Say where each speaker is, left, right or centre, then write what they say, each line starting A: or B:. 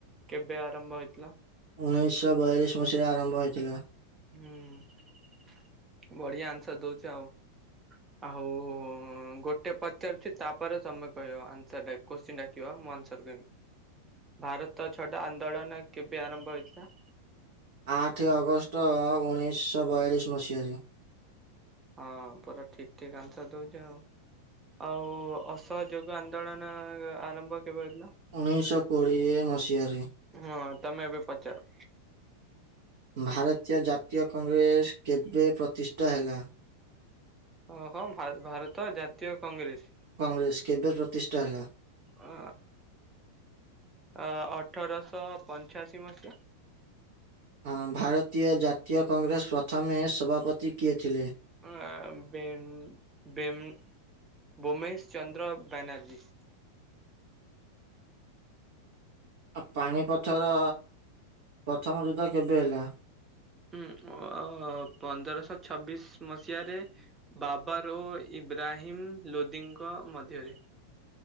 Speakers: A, on the right; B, on the right.
A: କେବେ ଆରମ୍ଭ ହେଇଥିଲା?
B: ଉଣେଇଶ ବୟାଳିଶ୍ ମସିହାରେ ଆରମ୍ଭ ହେଇଥିଲା।
A: ହୁଁ ବଢିଆ ଆନ୍ସର୍ ଦଉଚ ଆଉ। ଆହୁ ଉଁ ଗୋଟେ ପଚାରୁଚି ତାପରେ ତମେ କହିଅ ଆନ୍ସର୍ ଟା। କୋଶ୍ଚିନ୍ ଡାକିବ ମୁଁ ଆନ୍ସର୍ ଦେମି। ଭାରତ ଛଡା ଆନ୍ଦୋଳନ କେବେ ଆରମ୍ଭ ହେଇଥିଲା?
B: ଆଠେ ଅଗଷ୍ଟ ଉଣେଇଶ ବୟାଳିଶ୍ ମସିହାରେ।
A: ହଁ ପୁରା ଠିକ୍ ଠିକ୍ ଆନ୍ସର ଦଉଚ ଆଉ। ଆଉ ଅସହଯୋଗ ଆନ୍ଦୋଳନ ଆରମ୍ଭ କେବେ ହେଇଥିଲା।
B: ଉଣେଇଶହ କୋଡ଼ିଏ ମସିହାରେ।
A: ହଁ ତମେ ଏବେ ପଚାର।
B: ଭାରତୀୟ ଜାତୀୟ କଂଗ୍ରେସ କେବେ ପ୍ରତିଷ୍ଠା ହେଲା?
A: ହଁ ହଁ ଭା ଭାରତ ଜାତୀୟ କଂଗ୍ରେସ
B: କଂଗ୍ରେସ କେବେ ପ୍ରତିଷ୍ଠା ହେଲା!
A: ଅ ଅ ଅଠରଶହ ପଞ୍ଚାଅଶୀ ମସିହା।
B: ହଁ ଭାରତୀୟ ଜାତୀୟ କଂଗ୍ରେସ ପ୍ରଥମେ ସଭାପତି କିଏ ଥିଲେ?
A: ଉ ଆ ବେନ ବେମ୍ ଭୋମେଶ ଚନ୍ଦ୍ର ବ୍ୟାନାର୍ଜୀ।
B: ଆ ପାଣିପଥର ପ୍ରଥମ ଯୁଦ୍ଧ କେବେ ହେଲା?
A: ହୁଁ ଅ ପନ୍ଦରଶହ ଛବିଶ ମସିହାରେ। ବାବାରୋ ଇବ୍ରାହିମ୍ ଲୋଦିଙ୍କ ମଧ୍ୟରେ।